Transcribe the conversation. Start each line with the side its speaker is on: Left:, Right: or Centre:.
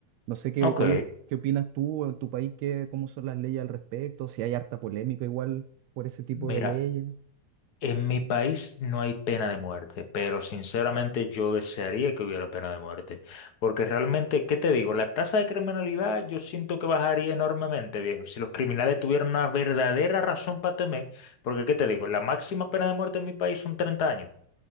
Right: No sé qué,
Left: Ok.
Right: cuál es- qué opinas tú en tu país, qué, cómo son las leyes al respecto, si hay harta polémica igual por ese tipo
Left: Mira,
Right: de leyes.
Left: en mi país no hay pena de muerte, pero sinceramente yo desearía que hubiera pena de muerte. Porque realmente, ¿qué te digo? La tasa de criminalidad yo siento que bajaría enormemente, viejo. Si los criminales tuvieran una verdadera razón para temer, porque ¿qué te digo? La máxima pena de muerte en mi país son 30 años.